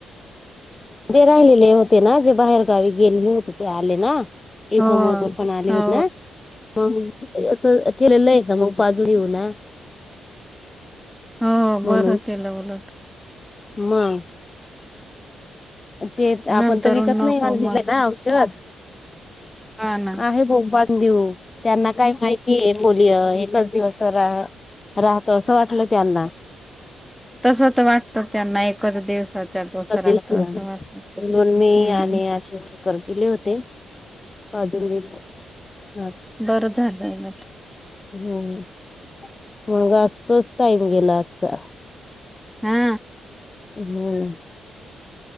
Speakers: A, on the left; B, in the centre.
A: ते राहिलेले होते ना जे बाहेर गावी गेलेले होते ते आले ना एक
B: हो
A: समो तो पण आले
B: हा
A: हो ना, मग असं ठेलेलं आहे ना मग बाजू घेऊ ना <inaudible>
B: हो
A: म्हणून
B: बरं तेला उलट <inaudible>
A: मग <inaudible> ते आपण
B: नंतरून
A: तर विकत
B: नको
A: नाही आणलेले
B: मग
A: ना औषध
B: हा ना.
A: आहे भोप देऊ त्यांना काय माहिती आहे बोलया एकच दिवस राहत असं वाटलं त्यांना
B: तसच वाटतं त्यांना एकच दिवसात चालो असं
A: म्हणून
B: राहत असं वा हम्
A: मी आणि आशा वर्कर गेले होते बाजून हा
B: बरं झालं उलट
A: हम्म मग असज तोच टाईम गेला आजचा
B: हा
A: हम्